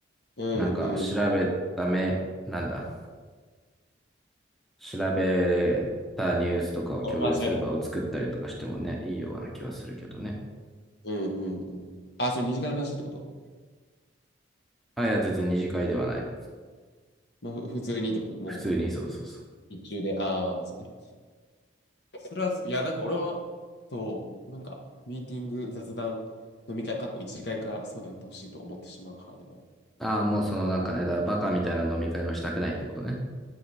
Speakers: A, on the left; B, in the centre.
A: うんうん。
B: なんか調べた目、なんだ。調べたニュースとかを共有する場を作ったりとかしてもね、
A: まあ、調べてみて
B: いいような気はするけどね。
A: うんうんうん。あ、それ2時間の話ってこと
B: あ、いや、全然二次会ではない。
A: まあ、ふ普通にってことも
B: 普通に、そうそうそう。
A: う、日中で、ああ、そうね。それはそう、いや、なんか俺は、そう、なんか、ミーティング、雑談、飲み会、過去1次会かんからそうであってほしいと思ってしまう派では
B: ああ、もうそのなんかね、だからバカみたいな飲み会はしたくないってことね。